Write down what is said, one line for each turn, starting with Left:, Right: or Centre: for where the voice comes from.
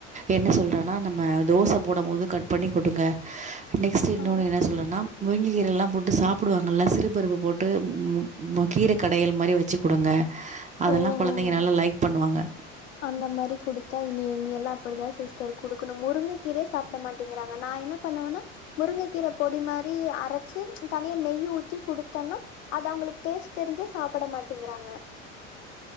Right: என்ன சொல்றன்னா நம்ம தோச போடும் போது கட் பண்ணி கொடுங்க நெக்ஸ்ட் இன்னொனு
Left: ஆ
Right: என்ன சொன்னனா முருங்க கீரலாம் போட்டு சாப் சாப்பிடுவாங்கள சிறுபருப்பு போட்டு கீர கடயல் மாரி வச்சு கொடுங்க அதல்லா
Left: ஓ
Right: கொழந்தைங்க நல்லா லைக் பண்ணுவாங்க
Left: அந்த மாரி குடுத்தா இனிஇங் எல்லாப்படிதா சிஸ்டர் குடுக்கணு முருங்க கீரயே சாப்ட மாட் அப்டிங்கறாங்க நா என்ன பண்ணுவன்னா முருங்கக்கீர பொடி மாரி அரச்சு தனியா நெய்யி ஊத்தி குடுத்தொன்னா அது அவ்ங்களுக்கு டேஸ்ட் தெரிஞ்சே சாப்பிட மாட்டேங்கிறாங்க